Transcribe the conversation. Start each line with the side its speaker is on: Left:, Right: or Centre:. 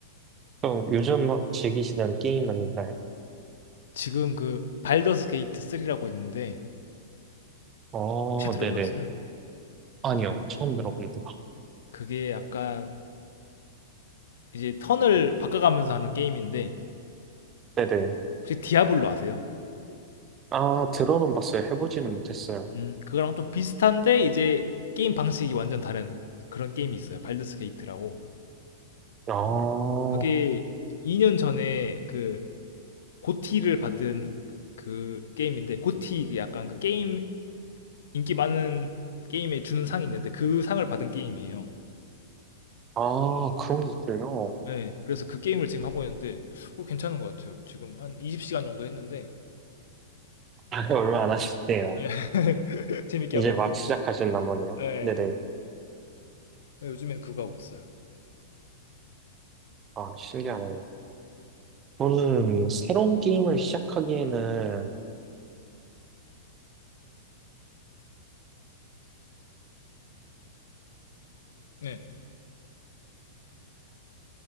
Right: 그럼 요즘 막 즐기시는 게임은 있나요?
Left: 지금 그 발더스 게이트 3라고 있는데
Right: 어,
Left: 혹시 들어보셨어요?
Right: 네네. 아니요, 처음 들어봅니다.
Left: 그게 약간 이제 턴을 바꿔가면서 하는 게임인데
Right: 네네.
Left: 혹시 디아블로 아세요?
Right: 아, 들어는 봤어요. 해보지는 못했어요.
Left: 음, 그거랑 좀 비슷한데 이제 게임 방식이 완전 다른 그런 게임이 있어요. 발드스 게이트라고.
Right: 아,
Left: 그게 2년 전에 그 고티를 받은 그 게임인데 고티 그 약간 그 게임 인기 많은 게임에 주는 상이 있는데 그 상을 받은 게임이에요.
Right: 아, 그런 게 있군요.
Left: 네, 그래서 그 게임을 지금 하고 있는데 어, 괜찮은 것 같아요. 지금 한 20시간 정도 했는데
Right: 아, <laughs> 네, 얼마 안 하셨네요.
Left: <laughs> 재밌게
Right: 이제
Left: 하고 있어요.
Right: 막 시작하셨나 보네요.
Left: 네.
Right: 네네.
Left: 네, 요즘엔 그거 하고 있어요.
Right: 아, 신기하네요. 저는 새로운 게임을 시작하기에는
Left: 네.